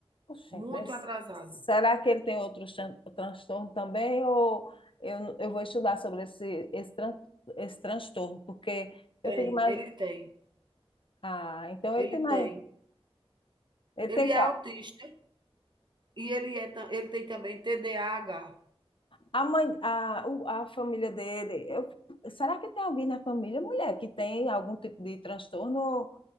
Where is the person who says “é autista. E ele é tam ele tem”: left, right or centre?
Right